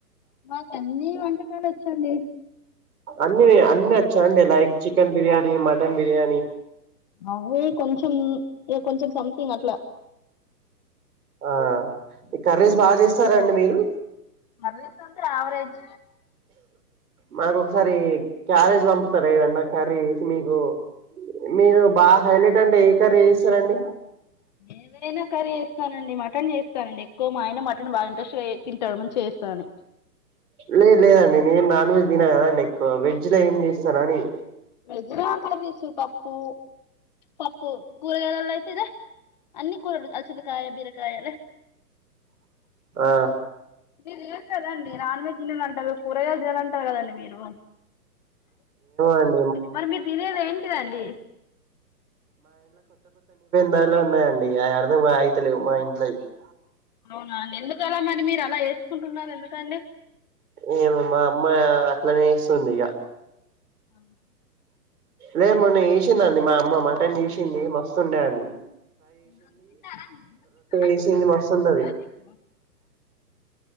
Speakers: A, on the left; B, on the right.
A: మాకు అన్ని వంటకాలు వచ్చండి
B: అన్ని అన్ని వచ్చాండి like chicken biryani mutton biryani
A: అవి కొంచెం కొంచెం సంథింగ్ అట్లా
B: ఆ కర్రీస్ బాగా చేస్తారండి మీరు
A: కర్రీస్ అంటే యావరేజ్
B: మాకు ఒకసారి క్యారేజ్ పంపుతార ఏదన్న కర్రీ మీకు మీరు బాగా హైలైట్ అంటే ఏ కర్రీ చేస్తారండి
A: ఏవైన కర్రీ <unintelligible> మటన్ చేస్తానండి ఎక్కువ మా ఆయన మటన్ బాగా ఇంట్రెస్ట్ మంచిగా తింటాడు అని చేస్తాను
B: లేదు లేదండి నేను నాన్ వెజ్ తిన కదండి ఎక్కువ వెజ్ లో ఏం చేస్తా అని
A: వెజ్ లో కర్రీస్ పప్పు పప్పు కూరగాయల అయితే ఇద అన్ని కూరలు అలసంధకాయ్ బీరకాయ్ అలా
B: ఆ
A: <unintelligible> నాన్ వెజ్ కూరగాయలు తినారన్టారు కదండి మీరు
B: <unintelligible>
A: మరి మీరు తినేది ఏంటిదండి
B: దాలో ఉన్నాయండి ఆ అర్థం మా అయితేలేవు మా ఇంట్లో అ
A: అవునండి ఎందుక అలా మరి మీరు అలా వేసుకుంటున్నారు ఎందుకండి
B: ఏమో మా అమ్మ అట్లనే ఇస్తుంది ఇగ
A: ఆ
B: లే మొన్న చేసింది అండి మా అమ్మ మటన్ చేసింది మస్తుండేయండి
A: <inaudible>
B: చేసింది మస్తున్నది